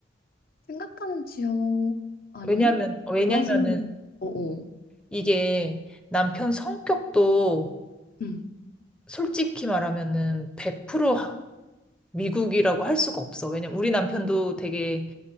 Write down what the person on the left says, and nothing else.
생각하는 지역 아니
골라주는 어어.
음.